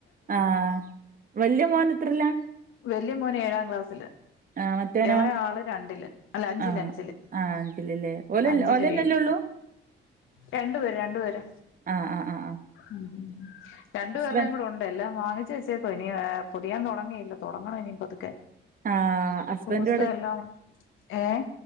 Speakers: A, on the right (about 45°); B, on the left (about 85°).
A: ആഹ് വല്യമോൻ എത്രലാ
B: വല്യ മോന് ഏഴാക്ലാസ്സില്
A: ആഹ് മറ്റോനോ
B: എളയാള് രണ്ടില് അല്ല അഞ്ചില്
A: ആഹ്
B: അഞ്ചില്
A: ആഹ് അഞ്ചിലില്ലേ ഓല്
B: അഞ്ചില്
A: ഓലന്നെല്ലേ
B: വേ
A: ഉള്ളൂ
B: രണ്ടുപേര് രണ്ടുപേര്
A: ആഹ് ആഹ് ആഹ് ആഹ്
B: ഉം രണ്ടുപേർടെ
A: ഹസ്ബൻഡ്
B: കൂടെണ്ട് എല്ലാം വാങ്ങിച്ചുവെച്ചേക്ക ഇനി പൊതിയാൻ തൊടങ്ങിയില്ല തെടങ്ങണം ഇനി പതുക്കെ
A: ആഹ് ഹസ്ബൻഡ്
B: ബുക്കും പുസ്തകെല്ലാം ഏഹ്